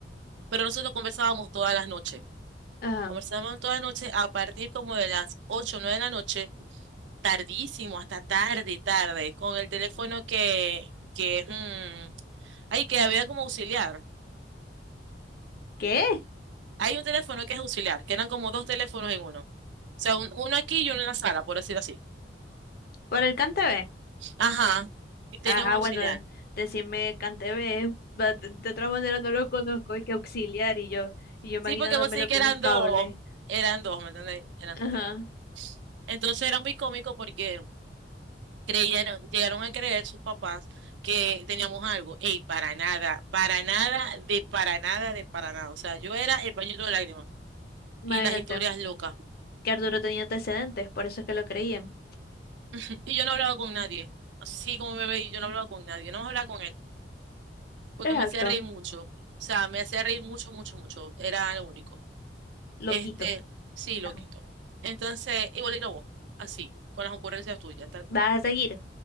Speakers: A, on the right; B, on the left.
A: pero nosotros conversábamos todas las noches.
B: Ajá.
A: Conversamos toda la noche a partir como de las 8 o 9 de la noche, tardísimo, hasta tarde, tarde, con el teléfono que, que, mm, ay, que había como auxiliar.
B: ¿Qué?
A: Hay un teléfono que es auxiliar, que eran como dos teléfonos en uno. O sea, un- uno aquí y uno en la sala, por decirlo así.
B: ¿Por el Cantebe?
A: Ajá, y tenía
B: Ajá,
A: un auxiliar.
B: bueno, decirme Cantebe. va- De de otra manera no lo conozco, hay que auxiliar y yo, y yo imaginándomelo
A: Sí, porque vos sí que
B: con
A: eran
B: un cable.
A: dos, eran dos, ¿me entendés? Eran dos
B: Ajá.
A: teléfonos. Entonces era muy cómico porque... creyeron, llegaron a creer sus papás que teníamos algo. Ey, para nada, para nada, de para nada, de para nada. O sea, yo era el pañito de lágrimas
B: Imagínate
A: y las historias locas.
B: que Arturo tenía antecedentes, por eso es que lo creían.
A: <laughs> Y yo no hablaba con nadie. Así como bebé, y yo no hablaba con nadie. no más hablaba con él porque
B: Exacto.
A: me hacía reír mucho. O sea, me hacía reír mucho, mucho, mucho. Era lo único.
B: Loquito.
A: Este, sí,
B: Ajá.
A: loquito Entonces, igualito a vos, así, con las ocurrencias tuyas, tal cual.
B: Vas a seguir.